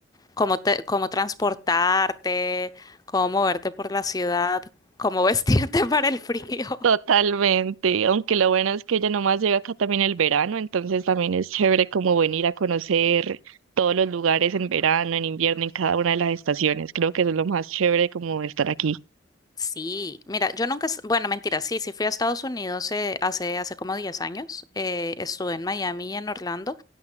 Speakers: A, on the left; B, on the right.
A: cómo te, cómo transportarte, cómo moverte por la ciudad, cómo vestirte <laughs> para el frío.
B: Totalmente. Aunque lo bueno es que ya nomás llega acá también el verano, entonces también es chévere como venir a conocer todos los lugares en verano, en invierno, en cada una de las estaciones. Creo que eso es lo más chévere como estar aquí.
A: Sí, mira, yo nunca, es- bueno, mentira, sí, sí fui a Estados Unidos eh, hace, hace como 10 años, eh, estuve en Miami y en Orlando,